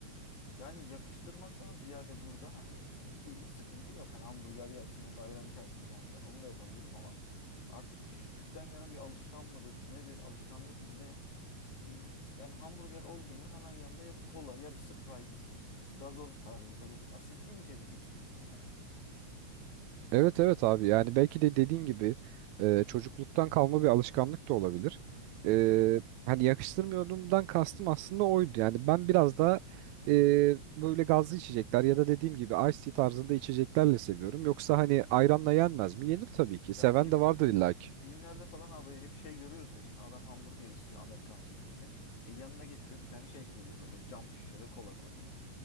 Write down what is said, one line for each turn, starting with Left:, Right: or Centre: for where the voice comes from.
Left: Yani yakıştırmaktan ziyade burada hani bir sıkıntı yok. Hani hamburger yersin yanında ayran içersin yani ben onu da yapabilirim ama artık küçüklükten gelen bir alışkan mıdır nedir alışkanlık mı ne? e, yani hamburger oldu mu hemen yanında ya bir kola ya bir Sprite, gazoz tarzı böyle asitli bir içecek istiyorsun yani.
Right: Evet evet abi yani belki de dediğin gibi e, çocukluktan kalma bir alışkanlık da olabilir.
Left: Evet.
Right: E, hani yakıştırmıyordumdan kastım aslında oydu. Yani ben biraz daha e, böyle gazlı içecekler ya da dediğim gibi iced tea tarzında içeceklerle seviyorum. Yoksa hani ayranla yenmez mi? Yenir
Left: Hı hı.
Right: tabii ki. Seven
Left: Ya film
Right: de vardır illaki.
Left: filmlerde falan abi hep şey görüyoruz ya şimdi adam hamburger istiyor Amerikan filminde. E yanına getiriyor bir tane şey koyuyor böyle cam şişede kola koyuyor.